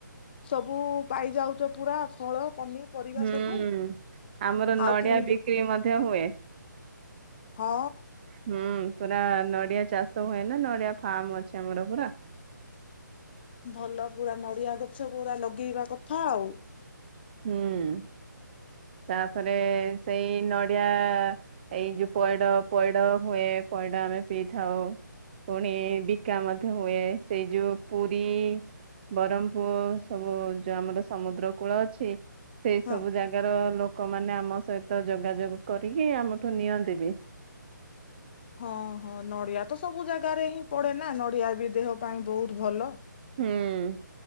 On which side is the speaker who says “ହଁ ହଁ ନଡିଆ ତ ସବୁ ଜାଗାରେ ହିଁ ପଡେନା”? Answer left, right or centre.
Left